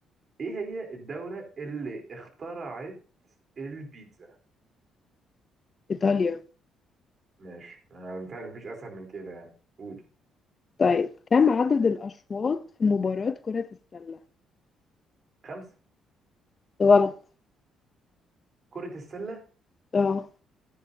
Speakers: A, on the right; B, on the left.
A: ايه هي الدوله اللي اخترعت البيتزا
B: ايطاليا
A: ماشي انا متهيألي مفيش اسهل من كده يعني قول
B: طيب كم عدد الاشواط في مباراة كرة السلة
A: خمسه
B: غلط
A: كرة السلة
B: اه